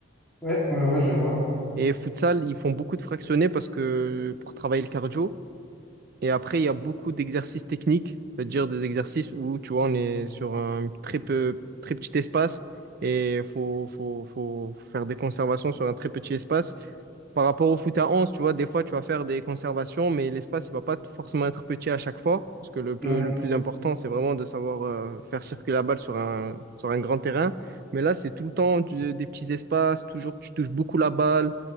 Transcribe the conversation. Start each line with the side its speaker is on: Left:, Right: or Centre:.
Centre: ouais, ouais, ouais, je vois.
Right: Et futsal, ils font beaucoup de fractionnés parce que pour travailler le cardio. Et après, il y a beaucoup d'exercices techniques, c'est-à-dire des exercices où, tu vois, on est sur un très peu, très petit espace et faut, faut, faut faire des conservations sur un très petit espace. Par rapport au foot à 11, tu vois, des fois, tu vas faire des conservations, mais l'espace, il va pas forcément être petit à chaque fois, parce que le, peu-
Centre: Ouais.
Right: le plus important, c'est vraiment de savoir euh, faire circuler la balle sur un, sur un grand terrain. Mais là, c'est tout le temps du- des petits espaces, toujours, tu touches beaucoup la balle,